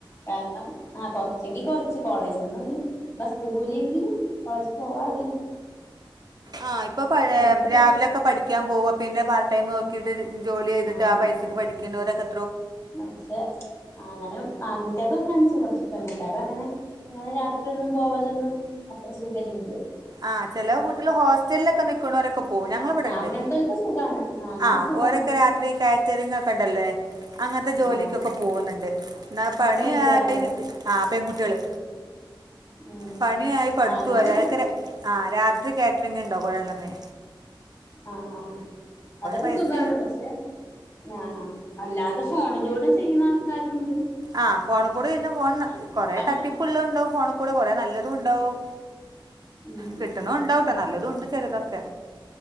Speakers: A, on the left; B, on the right.
A: കാരണം ആ കൊറച്ചെങ്കി കൊറച്ച് കോളേജ്ന്നൊരു ബസ്തു കൂലിയെങ്കിലും കോളേജിൽ പോവാള്ള
B: ആ ഇപ്പൊ പഴേ
A: എന്നുണ്ട്
B: രാവിലൊക്കെ പഠിക്കാൻ പോവ പിന്നെ പാർട്ട് ടൈം നോക്കിട്ട് ജോലിയ്തിട്ട്
A: ആഹ്
B: ആ പൈസക്ക്
A: ആഹ്
B: പഠിക്ക്ണോരൊക്കെ
A: പക്ഷെ അങ്ങനെ ആൺകുട്ടിയേൾക്കൊക്കെ <unintelligible> പെൺകുട്യേക്കങ്ങനെ ങ്ങനെ രാത്രിയൊന്നും പോവല്ലൊന്നും അത്ര സുഖല്ല്യല്ലോ.
B: ആ ചെല കുട്ട്യൾ ഹോസ്റ്റലിലൊക്കെ നിക്ക്ണോരൊക്കെ പോവും. ഞങ്ങടെ ഇവിടെണ്ട്
A: ആഹ് അങ്ങനത്തോൽക്ക് സുഖാണ് ആഹ് അങ്ങനെ
B: ആ.
A: സുഖാണ്
B: ഓരൊക്കെ രാത്രി കാറ്ററിംഗ് ഒക്കെ ഉണ്ടല്ലേ അങ്ങൻത്തെ ജോലിക്കൊക്കെ
A: ആഹ്
B: പോകുന്നുണ്ട് എന്നാ പണി
A: പെൺകുട്ടികളോ
B: ആ പെൺകുട്ട്യള്.
A: ഉം
B: പണിയായി പടുത്തു
A: അങ്ങനെ
B: അതായക്കരെ
A: പോ
B: ആ രാത്രി കാറ്ററിംഗ്ണ്ടോ കൊയേണന്നെ
A: ആ ആ അതൊക്കെ
B: പൈസ
A: സുഖാണ് പക്ഷെ ആ ആ അല്ലാതെ ഫോണിലൂടെ ചെയ്യ്ണാൾക്കാരുണ്ട്.
B: ആ ഫോൺ കൂടെ ഇന്ന് ഫോൺ കൊറെേ
A: അമ്മ
B: തട്ടിപ്പുള്ളത് ഉണ്ടാവും ഫോണിൽ കൂടെ കുറെേ നല്ല തുണ്ടാവും
A: ഉം
B: കിട്ടുണൊണ്ടാവുട്ടോ
A: ഉം
B: നല്ലതുണ്ട് ചെലതൊക്കെ